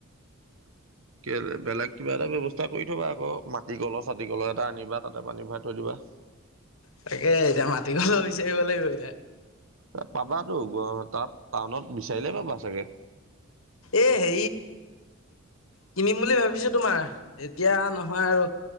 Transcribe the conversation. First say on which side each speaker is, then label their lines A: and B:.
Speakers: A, on the right; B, on the left.
A: উ কে বেলেগ কিবা এটা ব্যয়ৱস্থা কৰি থবা আকৌ মাটি কলৰ চাটি কলৰ এটা আনিবা তাতে পানী ভৰাই থৈ দিবা অ
B: তাকে এতিয়া মাটি ঘল বিচাৰিব লাগিব এতিয়া
A: এ পাবাতো গ তাত টাউনত বিচাৰিলেই পাবা চাগে
B: এ হে কিনিম বুলি ভাবিছো তোমাৰ এতিয়া নহয় আৰু